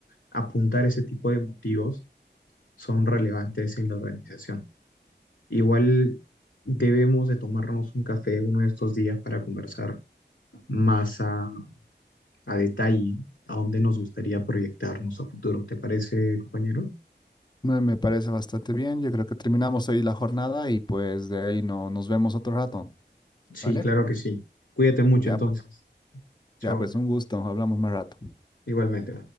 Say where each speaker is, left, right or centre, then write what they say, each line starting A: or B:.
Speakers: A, on the left; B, on the left.
A: apuntar ese tipo de motivos son relevantes en la organización. Igual debemos de tomarnos un café uno de estos días para conversar más a, a detalle a dónde nos gustaría proyectarnos a futuro. ¿Te parece, compañero?
B: Me, me parece bastante bien. Yo creo que terminamos ahí la jornada y pues de ahí no, nos vemos otro rato,
A: Sí,
B: ¿vale?
A: claro que sí. Cuídate mucho
B: Ya
A: entonces.
B: pues,
A: Chao.
B: ya pues, un gusto. Hablamos más rato.
A: Igualmente.